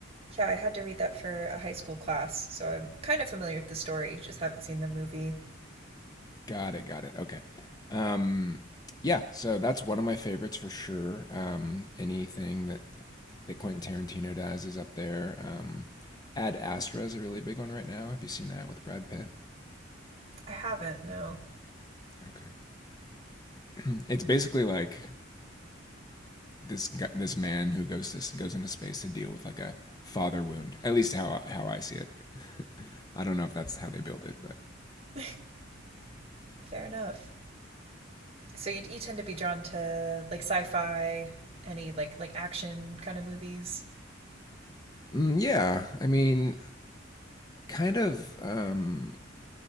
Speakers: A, on the right; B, on the left.
A: yeah. I had to read that for a high school class, so I'm kind of familiar with the story. Just haven't seen the movie.
B: Got it. Got it. Okay. Um, yeah, so that's one of my favorites for sure. Um, anything that that Quentin Tarantino does is up there. Um, Ad Astra is a really big one right now. Have you seen that with Brad Pitt?
A: I haven't. No.
B: Okay. <clears throat> it's basically like this guy, this man who goes to goes into space to deal with like a father wound. At least how how I see it. I don't know if that's how they build it, but
A: <laughs> Fair enough. So you you tend to be drawn to like sci-fi, any like like action kind of movies.
B: Mm, yeah, I mean, kind of. Um,